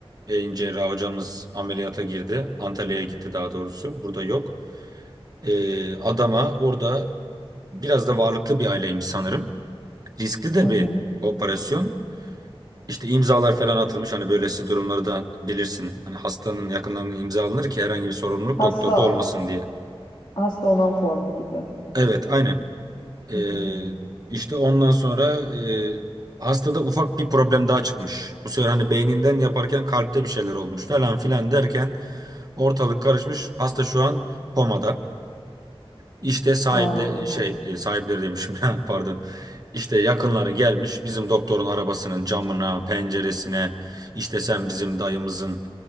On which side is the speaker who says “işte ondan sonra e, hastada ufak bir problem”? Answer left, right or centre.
Right